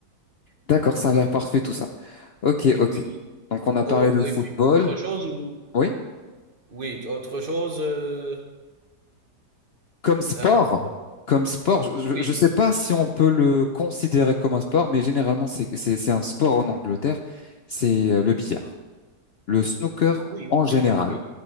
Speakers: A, on the left (about 80°); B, on the right (about 35°).
A: d'accord, ça a l'air parfait tout ça. Ok,
B: Et
A: ok.
B: puis,
A: Donc on a parlé
B: oh,
A: de football.
B: et puis autre chose? ou-
A: Oui,
B: Oui, autre chose? euh,
A: comme sport.
B: un autre...
A: Comme sport, je
B: Oui,
A: ne sais pas si on peut le considérer comme un sport, mais généralement, c'est c'est- c'est un sport en Angleterre, c'est euh, le billard. Le snooker
B: Ah, oui,
A: en
B: oui,
A: général.
B: oui, oui. oui.